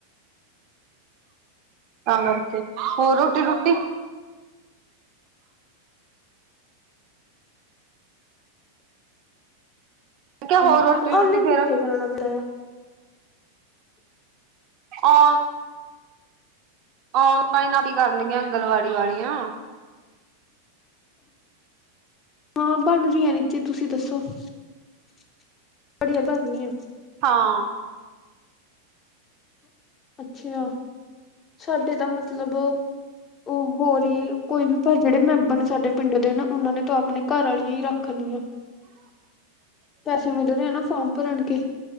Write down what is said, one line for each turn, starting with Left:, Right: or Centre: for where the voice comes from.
Right: ਤਾਂ ਕਰਕੇ ਹੋਰ ਰੋਟੀ ਰੂਟੀ ਕਿਹਾ ਹੋਰ
Left: ਕ
Right: ਰੋਟੀ ਰੂਟੀ
Left: ਔਨਲਾਈਨ
Right: ਫੇਰ
Left: ਕਿੱਥੇ ਕਰਾਉਣਾ ਪੈੜਾ ਆ
Right: ਆ ਓਨਲਾਈਨ ਵੀ ਕਰਨਗੀਆਂ ਆਂਗਲਵਾੜੀ ਵਾਲੀੀਆਂ
Left: ਹਾਂ ਬਣ ਰਹੀਆਂ ਨਚੇ ਤੁਸੀਂ ਦੱਸੋ ਬੜੀ ਬਣਨੀ ਆ
Right: ਹਾਂ।
Left: ਅੱਛਾ ਸਾਡੇ ਤਾਂ ਮਤਲਬ ਉਹ ਹੋ ਰਹੀ ਹੈ ਕੋਈ ਵੀ ਪਰ ਜਿਹੜੇ ਮੈਂਬਰ ਨੇ ਸਾਡੇ ਪਿੰਡ ਦੇ ਨਾ ਉਹਨਾਂ ਨੇ ਤਾਂ ਆਪਣੇ ਘਰ ਵਾਲੀਆਂ ਹੀ ਰੱਖ ਲਈਆਂ ਪੈਸੇ ਮਿਲ ਰਹੇ ਆ ਨਾ ਫਾਰਮ ਭਰਨ ਕੇ।